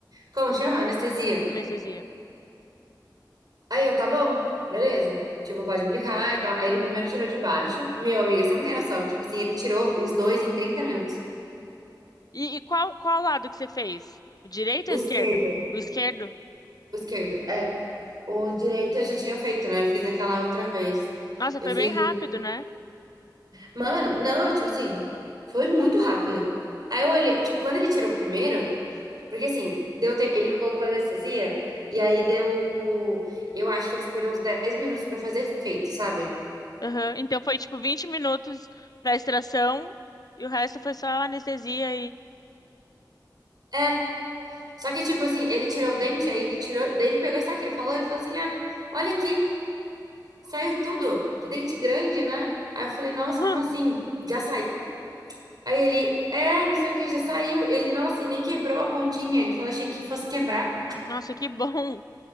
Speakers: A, on the right; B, on the left.
A: como chama? Anestesia.
B: Anestesia.
A: Aí eu, tá bom, beleza. Tipo, pode aplicar e tal. Aí ele primeiro tirou de baixo. Meu, amiga, você não tem noção. Tipo assim, ele tirou os dois em 30 minutos.
B: E, e qual, qual lado que você fez? O direito ou
A: O
B: o
A: esquerdo,
B: esquerdo? O esquerdo?
A: o esquerdo, é. O direito eu já tinha feito, né? Eu fiz aquela outra vez.
B: Nossa,
A: Eu
B: foi
A: fiz.
B: bem rápido, né?
A: Mano, não, tipo assim, foi muito rápido. Aí eu olhei, tipo, quando ele tirou o primeiro, porque assim, deu tempo, ele colocou a anestesia e aí deu, eu acho que ele esperou uns 10 minutos pra fazer efeito, sabe?
B: Aham. Então foi tipo 20 minutos pra extração... E o resto foi só anestesia
A: É, só que tipo assim, ele tirou o dente, aí ele tirou, daí ele pegou, sabe o que ele falou? Ele falou assim: "Ah, olha aqui, saiu tudo. Que dente grande, né?" Aí eu falei: "Nossa,
B: <laughs> Ah,
A: como assim? Já saiu?" Aí ele: "É, não sei o que, já saiu." Ele: "Nossa, e nem quebrou a pontinha." Ele falou: "Achei que fosse quebrar."
B: Nossa, que bom!